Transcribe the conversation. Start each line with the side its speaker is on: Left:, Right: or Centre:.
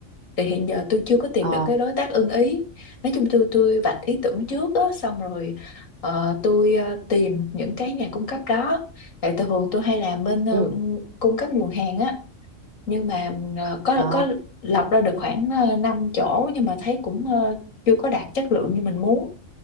Left: thì hiện giờ tôi chưa có tìm
Right: Ờ,
Left: được cái đối tác ưng ý nói chung tôi tôi vạch ý tưởng trước á xong rồi ờ, tôi ờ, tìm những cái nhà cung cấp đó tại thường tôi hay làm bên ờ,
Right: ừ.
Left: cung cấp nguồn hàng á nhưng mà ờ, có
Right: Ờ,
Left: có lọc ra được khoảng ờ, 5 chỗ nhưng mà thấy cũng ờ, chưa có đạt chất lượng như mình muốn